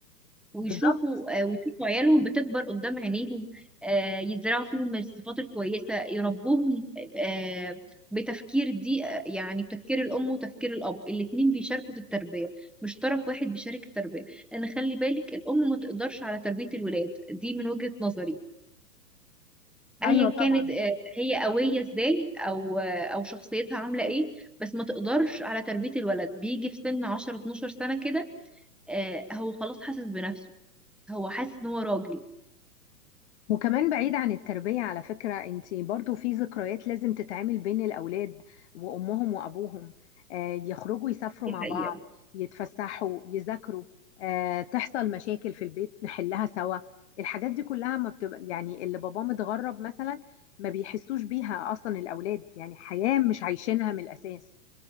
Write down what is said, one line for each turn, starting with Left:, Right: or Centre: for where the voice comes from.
Centre: ويشوفوا
Left: بالظبط
Centre: آه، ويشوفوا عيالهم بتكبر قدام عينيهم آه، يزرعوا فيهم الصفات الكويسه يربوهم آه، بتفكير دي آه، يعني بتفكير الام وتفكير الاب الاتنين بيشاركوا في التربيه مش طرف واحد بيشارك التربيه لان خلي بالك الام ما تقدرش على تربيه الولاد دي من وجهه نظري ايا
Left: ايوه
Centre: كانت
Left: طبعا
Centre: آه، هي قويه ازاي او آه، او شخصيتها عامله ايه بس ما تقدرش على تربيه الولد بيجي في سن 10 12 سنه كده آه، هو خلاص حاسس بنفسه هو حاسس ان هو راجل
Left: وكمان بعيد عن التربية على فكرة انتي برضو في ذكريات لازم تتعمل بين الأولاد وأمهم وأبوهم آه، يخرجوا يسافروا
Centre: دي
Left: مع
Centre: حقيقه
Left: بعض يتفسحوا يذاكروا آه، تحصل مشاكل في البيت نحلها سوا الحاجات دي كلها ما بتبقى يعني اللي باباه متغرب مثلا ما بيحسوش بيها أصلا الأولاد يعني حياة مش عايشينها من الأساس